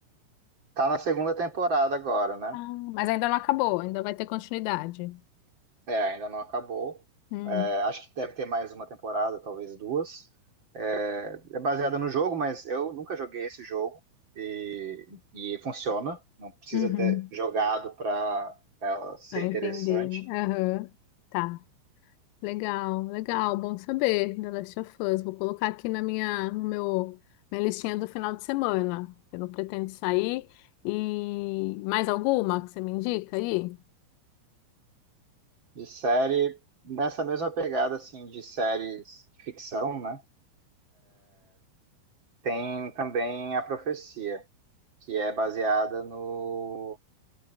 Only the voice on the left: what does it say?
Ah, mas ainda não acabou, ainda vai ter continuidade.
Hum,
uhum.
Pra entender,
né? Aham, Tá. Legal, legal, bom saber, The Last of Us. Vou colocar aqui na minha, no meu, minha listinha do final de semana. Eu não pretendo sair. E mais alguma que você me indica aí?